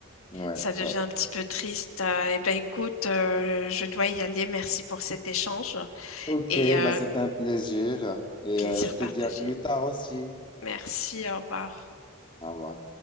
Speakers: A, on the left (about 25°); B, on the left (about 80°).
A: Ouais,
B: Ça devient
A: ouais.
B: un petit peu triste. Euh, eh bien, écoute, euh, je dois y aller. Merci pour cet échange
A: Ok,
B: et euh,
A: bah c'était un plaisir et
B: plaisir
A: euh, je te
B: partagé.
A: dis à plus tard aussi.
B: Merci, au revoir.
A: Au revoir.